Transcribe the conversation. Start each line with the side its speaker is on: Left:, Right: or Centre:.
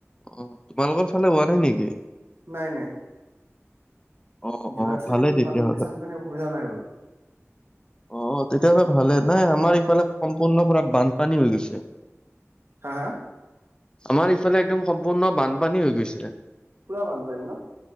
Left: অ', তোমালোকৰ ফালে হোৱা নাই নেকি?
Right: নাই নাই।
Left: অ
Right: যোৰহাট
Left: অ
Right: চাইডে
Left: ভালেই
Right: ইমান
Left: তেতিয়াহ'লে
Right: বানপানী-চানপানী অসুবিধা নাই বাৰু।
Left: অ', তেতিয়াহ'লে ভালে। নাই, আমাৰ এইফালে সম্পূৰ্ণ পোৰা বানপানী হৈ গৈছে।
Right: হা হা?
Left: আমাৰ এইফালে একদম সম্পূৰ্ণ বানপানী হৈ গৈছে।
Right: পুৰা বানপানী ন?